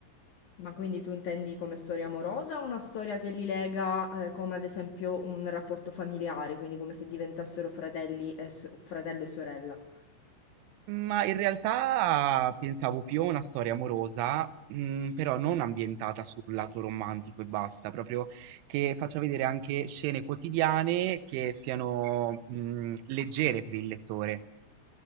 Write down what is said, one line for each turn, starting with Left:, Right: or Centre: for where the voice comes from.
Left: Ma quindi tu intendi come storia amorosa o una storia che li lega, eh, come ad esempio un rapporto familiare, quindi come se diventassero fratelli e so- fratello e sorella?
Right: Ma in realtà pensavo più a una storia amorosa, mm, però non ambientata sul lato romantico e basta, proprio che faccia vedere anche scene quotidiane che siano, mm, leggere per il lettore.